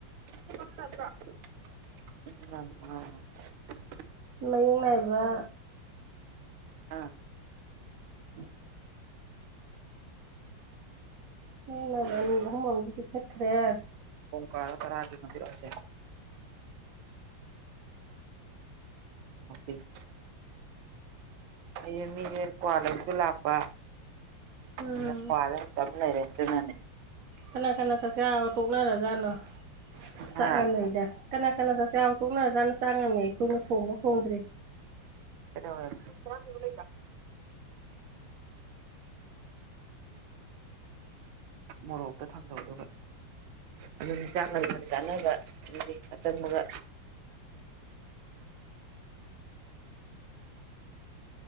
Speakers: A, on the right; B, on the right.
A: ꯇꯥꯕ꯭ꯔ‌ꯣ <unintelligible>
B: ꯃꯌꯦꯛ ꯅꯥꯏꯕ
A: ꯑꯥ
B: <inaudible> <unintelligible> ꯑꯅꯤ ꯑꯍꯨꯃ ꯑꯃꯁꯨ ꯆꯤꯛꯊꯠ ꯈ꯭ꯔꯦ
A: ꯀꯣꯡ ꯀꯋꯥꯔ ꯇꯔꯥꯒꯤ ꯑꯃ ꯄꯤꯌꯨ ꯍꯥꯏꯁꯦ <unintelligible> ꯑꯩꯁꯦ ꯃꯤꯒꯤ ꯀ꯭ꯋꯥ ꯂꯩꯕꯁꯨ ꯂꯥꯛꯄ
B: ꯎꯝ
A: ꯑꯗ ꯀ꯭ꯋꯥꯗ ꯇꯝ ꯂꯩꯔꯦ ꯑꯗꯨꯅꯅ‌ꯦ
B: ꯀꯅꯥ ꯀꯅꯥ ꯆꯥꯛꯆꯥꯕ ꯇꯣꯛꯅꯔꯖꯥꯠꯅꯣ
A: ꯍꯥ
B: ꯆꯥꯛ ꯉꯟꯅꯩꯗ ꯀꯅꯥ ꯀꯅꯥ ꯆꯥꯛ ꯆꯥ ꯇ‌ꯣꯛꯅ <unintelligible> ꯑꯩꯈꯣꯏꯅ ꯊ‌ꯣꯡꯕ‌ꯎ ꯊ‌ꯣꯡꯗ꯭ꯔꯤ
A: ꯀꯩꯗꯧꯋꯦꯕ <unintelligible> ꯃꯣꯔꯣꯛꯇ ꯊꯥꯡꯗꯧ ꯑꯗꯨꯒ ꯑꯗꯨꯅꯤ ꯆꯥꯛ ꯉꯟ ꯉꯟ ꯆꯥꯅꯕ ꯑꯗꯨꯗꯤ ꯌꯥꯆꯪꯕꯒ